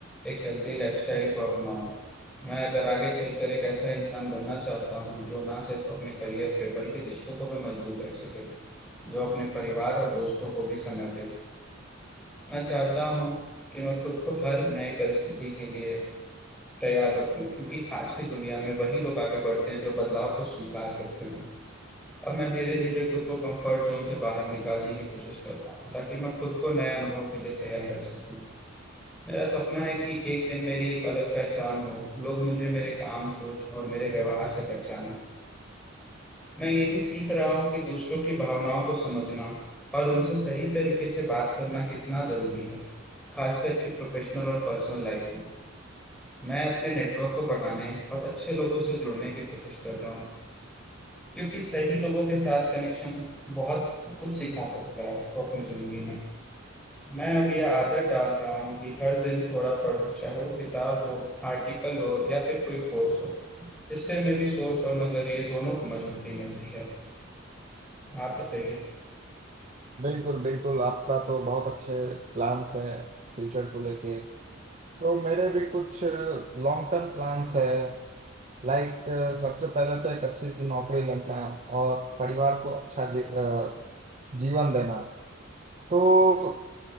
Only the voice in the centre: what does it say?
एक हेल्दी लाइफस्टाइल को अपनाऊँ मैं अगर आगे चलकर एक ऐसा इंसान बनना चाहता हूँ जो ना सिर्फ अपने करियर पे बल्कि रिश्तों को भी मजबूत रख सके जो अपने परिवार और दोस्तों को भी समय दे मैं चाहता हूँ कि मैं खुद को हर नई परिस्थिति के लिए तैयार रखूं क्योंकि आज की दुनिया में वही लोग आगे बढ़ते हैं जो बदलाव को स्वीकार करते हैं अब मैं धीरे धीरे खुद को कंफर्ट जोन से बाहर निकालने की कोशिश कर रहा हूँ ताकि मैं खुद को नए अनुभव के लिए तैयार रख सकूँ मेरा सपना है कि एक दिन मेरी एक अलग पहचान हो लोग मुझे मेरे काम सोच और मेरे व्यवहार से पहचानें मैं ये भी सीख रहा हूँ कि दूसरों की भावनाओं को समझना और उनसे सही तरीके से बात करना कितना जरूरी है खासकर कि प्रोफेशनल और पर्सनल लाइफ में मैं अपने नेटवर्क को बढ़ाने और अच्छे लोगों से जुड़ने की कोशिश कर रहा हूँ क्योंकि सही लोगों के साथ कनेक्शन बहुत कुछ सिखा सकता है आपको अपनी जिंदगी में मैं अब ये आदत डाल रहा हूँ कि हर दिन थोड़ा पढूं चाहे वो किताब हो आर्टिकल हो या फिर कोई कोर्स हो इससे मेरी सोच और नजरिए दोनों को मजबूती मिलती है आप बताइए